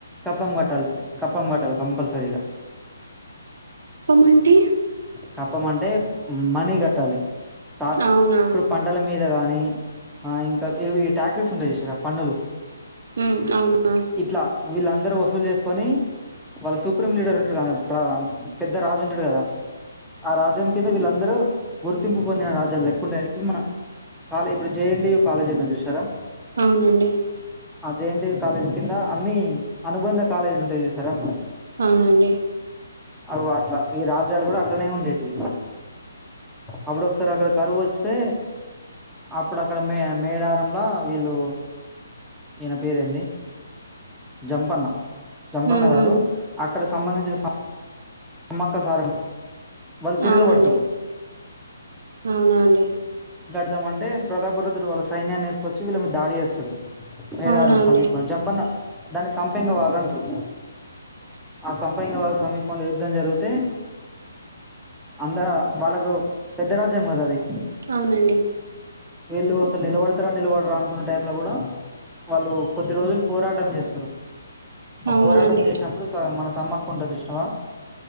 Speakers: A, in the centre; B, on the right (about 60°).
A: కప్పం కట్టాలి కప్పం కట్టాలి కంపల్సరీగా
B: మండి
A: కప్పం అంటే మనీ కట్టాలి త
B: అవునా
A: ఇప్పుడు పంటల మీద కానీ నీ ఆ ఇంకా ఇవి టాక్సెస్ ఉంటాయి చూశిరా పన్నులు
B: ఉమ్ అవునా
A: ఇట్లా వీళ్ళందరూ వస్తు వసూలు చేసుకొని వాళ్ళ సుప్రీం లీడర్ ఉంటడు కా పెద్ద రాజు ఉంటాడు కదా ఆ రాజ్యం కింద వీళ్ళందరూ గుర్తింపు పొందిన రాజులు లెక్కుండే ఇప్పుడు మన ఇప్పుడు జేఎన్టియు కాలేజ్ ఉన్న చూసారా
B: అవునండి
A: ఆ జేఎన్టియు కాలేజ్ కింద అన్ని అనుబంధ కాలేజీలు ఉంటాయి చూసారా
B: అవునండి
A: అగో అట్లా ఈ రాజ్యాలు కూడా అట్లనే ఉండేవి అప్పుడు ఒకసారి అక్కడ కరువు వస్తే ఇప్పుడు అక్కడ మే మేడారంంలో వీళ్ళు ఈయన పేరు ఏంది జంపన్న జంపన్నా
B: ఉమ్
A: కాదు
B: ఉమ్
A: ఆక్కడ ఇక్కడ సంబంధించిన సమ్మక్క సారక్క వాళ్ళు తిరగబడతరు
B: అవునండి అవునా అండి
A: ఇద్దాం అంటే ప్రతాప రుద్రుడు వాళ్ళ సైన్యాన్ని వేసుకొచ్చి వీళ్ళ మీద దాడి చేస్తాడు మేదారం
B: అవునా అండి
A: సమీపం జంపన్న దాన్ని సంపంగ వాగ అంటారు ఆ సంపెంగ వాగు సమీపంలో యుద్ధం జరిగితే అందరు వాళ్ళకు పెద్ద రాజ్యం కదా అది
B: అవునండి
A: వీళ్ళు అసలు నిలబడతారా నిలబడరా అనుకున్న టైం లో కూడా వాళ్ళు కొద్ది రోజులు పోరాటం చేస్తారు ఆ
B: అవునా
A: పోరాటం
B: అండి
A: చేసినప్పుడు స మన సమ్మక్క ఉంటది చూషినావా